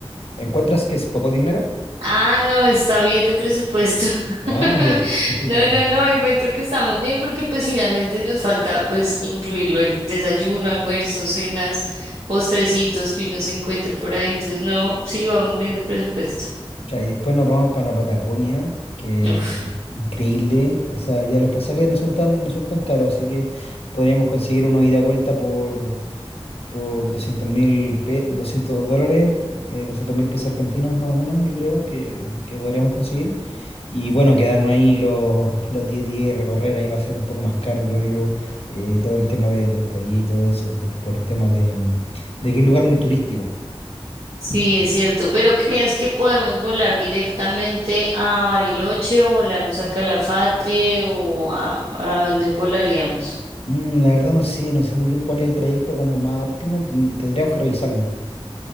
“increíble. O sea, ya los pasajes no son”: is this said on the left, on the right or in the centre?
Left